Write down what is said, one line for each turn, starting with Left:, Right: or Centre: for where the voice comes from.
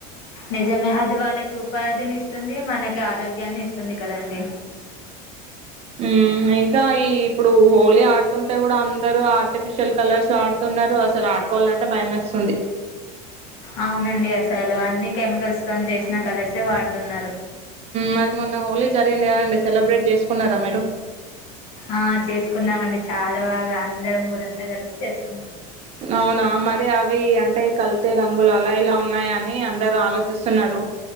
Left: నిజమే అది వాళ్ళకి ఉపాధిని ఇస్తుంది మనకి ఆరోగ్యాన్ని ఇస్తుంది కదండి
Right: ఉ ఇంకా ఈ ఇప్పుడు హోలీ ఆడుతుంటే కూడా అందరుూ ఆ ఆర్టిఫిషియల్ కలర్స్ ఆడుతున్నారు అసలు ఆడుకోవాలంటే భయమేస్తు స్తోంది
Left: అవునండి అసలు అన్ని కెమికల్ స్టోన్ చేసినా కలిసే వాడుతున్నారు
Right: మరి మొన్న హోలీ జరిగింది కదండి సెలబ్రేట్ చేసుకున్నారా మీరు
Left: ఆ చేసుకున్నామండి చాలా బాగా అ అందరం ఊరంతా కలిసి చేసుకున్నాాం
Right: అవునా మరి అవి అంటే కల్తీ రంగులు అలా ఇలా ఉన్నాయ అని అందరుూ ఆలోచిస్తున్నారు